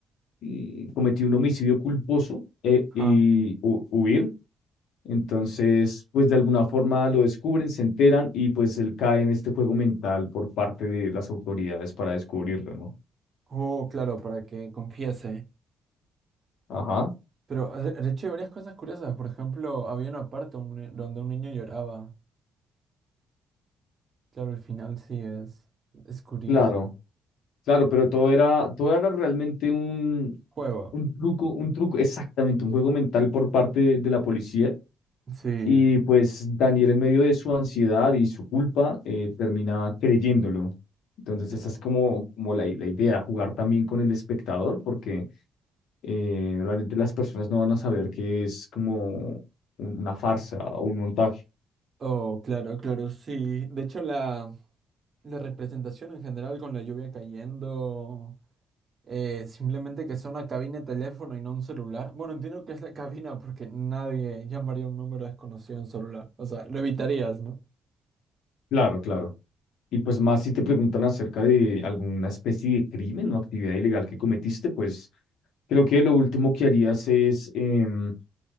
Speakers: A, on the left; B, on the right.
A: mm, cometido un homicidio culposo eh,
B: ajá.
A: y hu- huir. Entonces, pues de alguna forma lo descubren, se enteran y pues él cae en este juego mental por parte de las autoridades para descubrirlo, ¿no?
B: Oh, claro, para que confiese.
A: Ajá,
B: Pero, de de hecho, hay varias cosas curiosas. Por ejemplo, había una parte un ni- donde un niño lloraba. Claro, el final sí es, es curioso.
A: claro, claro, pero todo era, todo era realmente un,
B: Juego.
A: un truco, un truco, exactamente, un juego mental por parte de, de la policía.
B: Sí,
A: Y pues Daniel en medio de su ansiedad y su culpa eh, termina creyéndolo. Entonces,
B: claro.
A: esa es como, como la, la idea, jugar también con el espectador, porque eh, realmente las personas no van a saber que es como un- una farsa o un montaje.
B: Oh, claro, claro, sí. De hecho, la, la representación en general con la lluvia cayendo. Eh, simplemente que sea una cabina de teléfono y no un celular. Bueno, entiendo que es la cabina porque nadie llamaría a un número desconocido en celular. O sea, lo evitarías, ¿no?
A: Claro, claro. Y pues más si te preguntan acerca de alguna especie de crimen o actividad ilegal que cometiste, pues creo que lo último que harías es em,